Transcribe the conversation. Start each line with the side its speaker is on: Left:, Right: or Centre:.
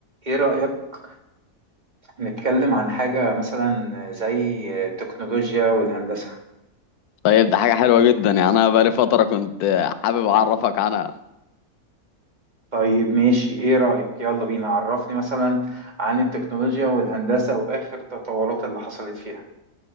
Right: ايه رأيك نتكلم عن حاجة مثلا زي التكنولوجيا والهندسة
Left: طيب ده حاجة حلوة جدا يعني أنا بقالي فترة كنت حابب أعرفك عنها
Right: طيب ماشي ايه رأيك يلا بينا عرفني مثلا عن التكنولوجيا والهندسة واخر التطورات اللي حصلت فيها